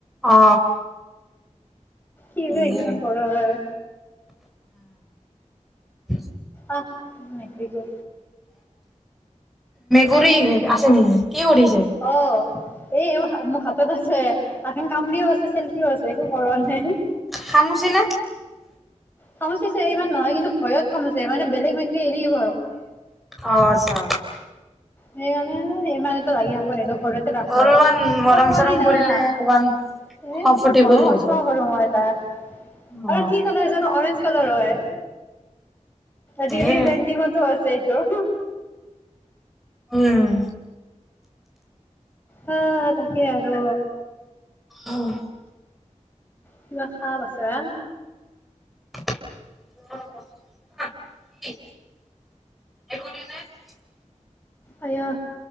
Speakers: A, in the centre; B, on the left (about 15°).
A: অ
B: কি
A: সেয়ে
B: যে এইগিলাখান কৰা হয়
A: উ
B: আহ মেকিকো
A: কৰি আছে নেকি কি কৰিছে
B: অহ এই মোৰ হাতত আছে এখন কামৰিও আছে চিল্কিও আছে তইতো কৰোৱা নাই
A: খামুচি নে
B: সামুচিছে ইমান কিন্তু ভয়ত খামুচছে মানে বেলেগ মেকৰি হেৰিহব
A: অ আছা
B: সেই মানে ইমানো লাগি থাক সদ ঘৰতে ৰাখো
A: অলপমান
B: আৰু
A: মৰম
B: পোৱালি
A: চৰম
B: না
A: কৰিলে
B: এ
A: অলপমান কমফৰ্টেবল
B: মৰো নষ্ট
A: হৈ যাব
B: কৰো মই তাৰ
A: অ
B: আৰু কি কালাৰ জানো অৰেঞ্জ কালৰ অই আজি
A: সেয়ে
B: কালি ত্ৰন্দিংটো আছে এইটো
A: উম
B: হা তাকে আৰু
A: অ'
B: কিবা সাপ আছে হা
A: <unintelligible>
B: আয়া